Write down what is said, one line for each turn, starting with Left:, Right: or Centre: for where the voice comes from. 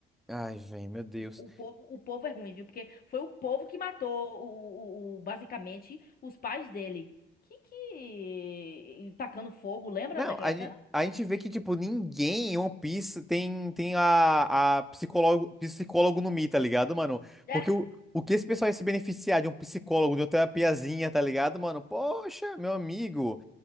Centre: Ai, velho, meu Deus.
Left: O, o povo, o povo é ruim, viu? Porque foi o povo que matou o, o- o- basicamente os pais dele. Que que tacando fogo, lembra
Centre: Não,
Left: daquela
Centre: a,
Left: cena?
Centre: gen-
Left: <laughs>
Centre: a gente vê que, tipo, ninguém em One Piece tem, tem a, a psicólogo, psicólogo no Mi, tá ligado, mano?
Left: É.
Centre: Porque o, o que esse pessoal ia se beneficiar de um psicólogo, de uma terapiazinha, tá ligado, mano? Poxa, meu amigo.